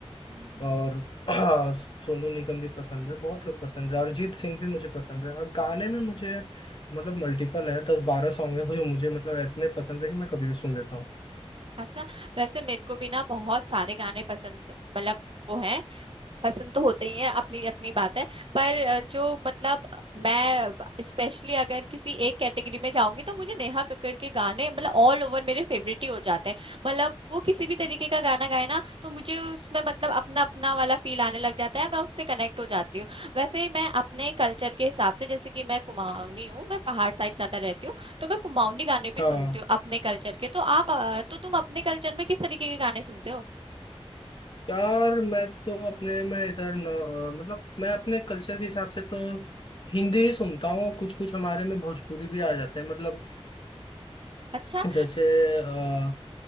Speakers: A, on the right; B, on the left.
A: है
B: और <clears throat> सोनू निगम भी पसंद है बहुत लोग पसंद है अरिजीत सिंह भी मुझे पसंद है और गाने में मुझे मतलब मल्टीपल है दस बारह सॉन्ग है मुझे मुझे मतलब इतने पसंद है कि मैं कभी भी सुन लेता हूँ
A: अच्छा वैसे मेरे को भी ना बहुत सारे गाने पसंद मतलब वो है पसंद तो होते ही हैं अपनी अपनी बात है पर अ, जो मतलब मैं स्पेशली अगर किसी एक कैटेगरी में जाऊंगी तो मुझे नेहा कक्कड़ के गाने मतलब ऑल ओवर मेरे फेवरेट ही हो जाते हैं मतलब वो किसी भी तरीके का गाना गाए ना तो मुझे उसमें मतलब अपना अपना वाला फील आने लग जाता है मैं उससे कनेक्ट हो जाती हूँ वैसे ही मैं अपने कल्चर के हिसाब से जैसे कि मैं कुमाऊनी हूँ मैं पहाड़ साइड ज्यादा रहती हूँ तो मैं कुमाऊनी गाने भी
B: हाँ
A: सुनती हूँ अपने कल्चर के तो आप अ, तो तुम अपने कल्चर में किस तरीके के गाने सुनते हो
B: यार मैं तो अपने मैं इधर न- मतलब मैं अपने कल्चर के हिसाब से तो हिंदी ही सुनता हूँ कुछ कुछ हमारे में भोजपुरी भी आ जाते हैं मतलब
A: अच्छा
B: जैसे अ,